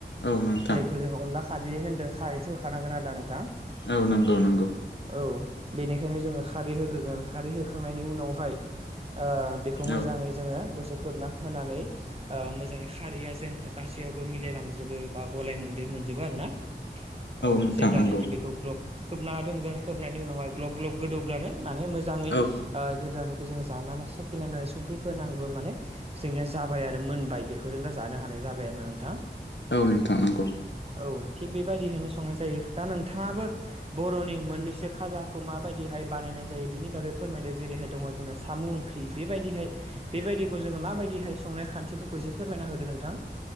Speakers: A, on the left (about 80°); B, on the right (about 35°).
A: औ नोंथां।
B: थ' जों अनला खारै होनदों खारैथ' होखानांगोन आरोना नोंथां।
A: औ नंगौ नंगौ।
B: औ बेनिखायनो जोङो खारै होग्रोगोन खारै होखांनायनि उनावहाय ओ बे खौ मोजाङै
A: औ
B: जोङो दसे खोबना होनानै ओ मोजाङै खारिया जेन गासैयावबो मिलायलांजोब जोबो बा गलाय मोनदेर मोनजोबो आरो ना औ
A: नोंथां
B: जेब्लानाखि
A: नंगौ
B: बेखौ ग्लब खोबना दोनगोन खोबनायनि उनावहाय ग्लब ग्लब गोदौब्लानो माने मोजाङै
A: औ औ
B: ओ जेब्लानाखि जों जानानै साखिनानै संख्रि फोनांबा माने जोंनिया जाबाय आरो मोनबाय बेखौ जों दा जानो हानाय जाबाय आरो ना नोंथां।
A: औ नोंथां नंगौ।
B: औ थिग बेबायदियैनो संनाय जायो दा नोंथाङाबो बर'नि मोननैसो खाजाखौ माबायदिहाय बानायनाय जायो बेनि बागै फोरमायदो जेरैहाय दङ नो साम' ओंख्रि बेबायदिहाय बेबायदिखौ जोङो माबायदिहाय संनाय खान्थिफोरखौ एसे फोरमायना होदो नोंथां।